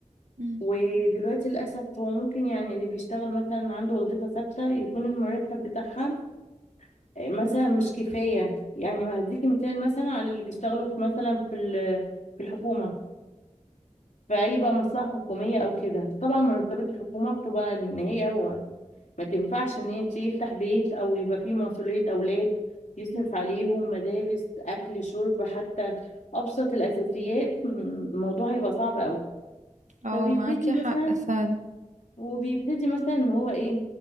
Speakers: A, on the right (about 70°); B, on the left (about 70°).
A: مم.
B: ودلوقتي للأسف هو ممكن يعني اللي بيشتغل مثلا عنده وظيفة ثابتة يكون المرتب بتاعها آه، مثلا مش كفاية يعني ما هديكي مثال مثلا على اللي بيشتغلوا في مثلا في ال- في الحكومة في أي بقى مصلحة حكومية أو كده طبعا مرتبات الحكومة بتبقى إن هي ما تنفعش ان هي تيجي تفتح بيت او يبقى فيه مسؤولية اولاد يصرف
A: مم.
B: عليهم مدارس اكل شرب حتى ابسط الاساسيات م- الموضوع هيبقى صعب قوي
A: اه
B: فبيبتدي
A: معاكي حق
B: مثلا
A: فعلا
B: وبيبتدي مثلا ان هو ايه